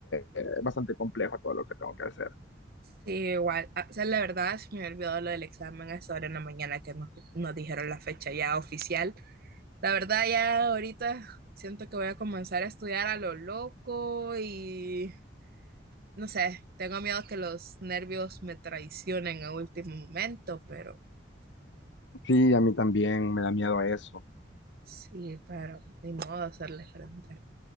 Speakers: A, on the left; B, on the right.
A: es bastante complejo todo lo que tengo que hacer.
B: Sí, igual. Ah, O sea, la verdad, se me había olvidado lo del examen a esa hora en la mañana que nos, nos dijeron la fecha ya oficial. La verdad, ya ahorita siento que voy a comenzar a estudiar a lo loco y no sé, tengo miedo que los nervios me traicionen a último momento, pero
A: Sí, a mí también me da miedo eso.
B: sí, pero ni modo hacerle frente.